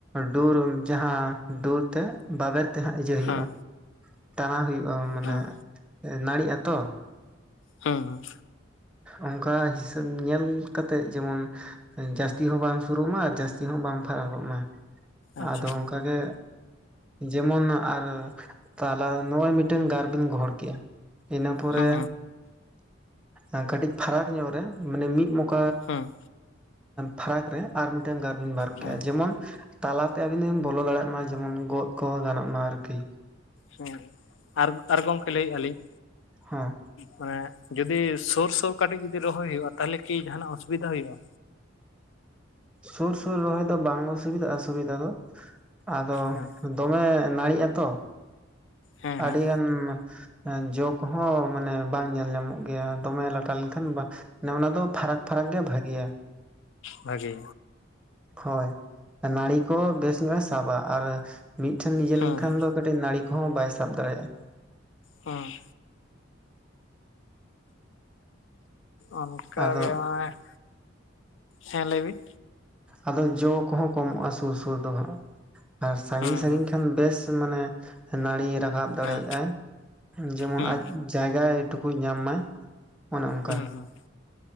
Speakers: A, in the centre; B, on the left (about 70°).
A: ᱰᱩᱨ ᱡᱟᱦᱟᱸ ᱰᱩᱨ ᱛᱮ ᱵᱟᱵᱮᱨ ᱛᱮ ᱦᱟᱸᱜ ᱤᱭᱟᱹ ᱦᱩᱭᱩᱜ-ᱟ᱾
B: ᱦᱮᱸ
A: ᱛᱟᱱᱟ ᱦᱩᱭᱩᱜ-ᱟ ᱢᱟᱱᱮ
B: ᱦᱮᱸ
A: ᱱᱟᱲᱤᱜ ᱟᱛᱚ᱾
B: ᱦᱮᱸ ᱦᱮᱸ
A: ᱚᱱᱠᱟ ᱦᱤᱥᱟᱹᱵ ᱧᱮᱞ ᱠᱟᱛᱮᱫ ᱡᱮᱢᱚᱱ ᱡᱟᱹᱥᱛᱤ ᱦᱚᱸ ᱵᱟᱝ ᱥᱩᱨᱩᱜ ᱢᱟ ᱟᱨ ᱡᱟᱹᱥᱛᱤ ᱦᱚᱸ ᱵᱟᱝ ᱯᱷᱟᱨᱟᱠᱚᱜ ᱢᱟ,
B: ᱟᱪᱪᱷᱟ
A: ᱟᱫᱚ ᱚᱱᱠᱟᱜᱮ ᱡᱮᱢᱚᱱ ᱟᱨ ᱛᱟᱞᱟ ᱱᱚᱜ-ᱚᱭ ᱢᱤᱫᱴᱟᱝ ᱜᱟᱨ ᱵᱤᱱ ᱜᱚᱦᱚᱲ ᱠᱮᱜ-ᱟ ᱤᱱᱟᱹ ᱯᱚᱨᱮ
B: ᱦᱩᱸ
A: ᱟ ᱠᱟᱹᱴᱤᱡ ᱯᱷᱟᱨᱟᱠ ᱧᱚᱜ ᱨᱮ ᱢᱟᱱᱮ ᱢᱤᱫ ᱢᱚᱠᱟ
B: ᱦᱩᱸ ᱦᱩᱸ
A: ᱯᱷᱟᱨᱟᱠ ᱨᱮ ᱟᱨ ᱢᱤᱜᱴᱟᱝ ᱜᱟᱨᱵᱧ ᱵᱟᱨ ᱠᱮᱜᱼᱟ
B: ᱦᱮᱸ
A: ᱡᱮᱢᱚᱱ ᱛᱟᱞᱟᱛᱮ ᱟᱵᱤ ᱫᱚ ᱵᱤᱱ ᱵᱚᱞᱚ ᱫᱟᱲᱮᱭᱟᱜ ᱢᱟ ᱡᱮᱢᱚᱱ ᱜᱚᱫ ᱠᱚ ᱜᱟᱱᱚᱜ ᱢᱟ ᱟᱨᱠᱤ᱾
B: ᱦᱮᱸ ᱦᱮᱸᱟᱨ ᱟᱨ ᱜᱚᱝᱠᱮ ᱞᱟᱹᱭᱮᱜᱼᱟ ᱞᱤᱧ
A: ᱦᱮᱸ᱾
B: ᱢᱟᱱᱮ ᱡᱩᱫᱤ ᱥᱳᱩᱨ ᱥᱳᱩᱨ ᱠᱟᱹᱴᱤᱡ ᱡᱩᱫᱤ ᱨᱚᱦᱚᱭ ᱦᱩᱭᱩᱜᱼᱟ᱾ ᱛᱟᱦᱚᱞᱮ ᱠᱤ ᱡᱟᱦᱟᱱᱟᱜ ᱚᱥᱩᱵᱤᱫᱟ ᱦᱩᱭᱩᱜᱼᱟ᱾
A: ᱥᱩᱨ ᱥᱩᱨ ᱨᱚᱦᱚᱭ ᱫᱚ ᱵᱟᱝ ᱚᱥᱩᱵᱤᱫᱟᱜ ᱚᱥᱩᱵᱤᱫᱟ ᱫᱚ ᱟᱫᱚ
B: ᱦᱮᱸ
A: ᱫᱚᱢᱮ ᱱᱟᱹᱲᱤᱜᱼᱟ ᱛᱚ᱾
B: ᱦᱮᱸ
A: ᱟᱹᱰᱤ
B: ᱦᱮᱸ
A: ᱜᱟᱱ ᱡᱚᱜ ᱠᱚᱦᱚᱸ ᱢᱟᱱᱮ ᱵᱟᱝ ᱧᱮᱞ ᱧᱟᱢᱚᱜ ᱜᱮᱭᱟ ᱫᱚᱢᱮ ᱞᱟᱴᱟ ᱞᱮᱱᱠᱷᱟᱱ ᱢᱟᱱᱮ ᱚᱱᱟ ᱫᱚ ᱯᱷᱟᱨᱟᱠ ᱯᱷᱟᱨᱟᱠ ᱜᱮ ᱵᱷᱟᱜᱮᱤᱭᱟ᱾
B: ᱵᱷᱟᱜᱮ᱾
A: ᱦᱳᱭ ᱱᱟᱹᱲᱤ ᱠᱚ ᱵᱮᱥ ᱧᱚᱜᱮ ᱥᱟᱵᱟᱼᱟ᱾ ᱟᱨ ᱢᱤᱷᱴᱷᱮᱱ ᱱᱤᱡᱮ
B: ᱦᱮᱸ
A: ᱞᱮᱱᱠᱷᱟᱱ
B: ᱦᱮᱸ
A: ᱫᱚᱤᱡ ᱱᱟᱹᱲᱤ ᱠᱚᱦᱚᱸ ᱵᱟᱭ ᱥᱟᱵ ᱫᱟᱲᱮᱭᱟᱜᱼᱟ᱾
B: ᱦᱮᱸ᱾ ᱚᱱᱠᱟᱜᱮ
A: ᱟᱫᱚ
B: <unintelligible> ᱦᱮᱸ ᱞᱟᱹᱭ ᱵᱤᱱ
A: ᱟᱫᱚ ᱡᱚ ᱠᱚᱦᱚᱸ ᱠᱚᱢᱚᱜᱼᱟ᱾ ᱥᱩᱨ ᱥᱩᱨ ᱫᱚ ᱦᱟᱸᱜ, ᱟᱨ ᱥᱟᱺᱜᱤᱧ
B: ᱦᱮᱸ
A: ᱥᱟᱺᱜᱤᱧ
B: ᱦᱮᱸ
A: ᱠᱷᱟᱱ ᱵᱮᱥ ᱢᱟᱱᱮ ᱱᱟᱹᱲᱤ ᱨᱟᱠᱟᱵ ᱫᱟᱲᱮᱭᱟᱜ
B: ᱦᱮᱸ
A: ᱟᱭ ᱡᱮᱢᱚᱱ
B: ᱦᱩᱸ
A: ᱟᱡ ᱡᱟᱭᱜᱟ ᱴᱩᱠᱩᱡ ᱧᱟᱢ ᱢᱟᱭ ᱚᱱᱮ ᱚᱝᱠᱟ᱾
B: ᱦᱩᱸ ᱦᱩᱸ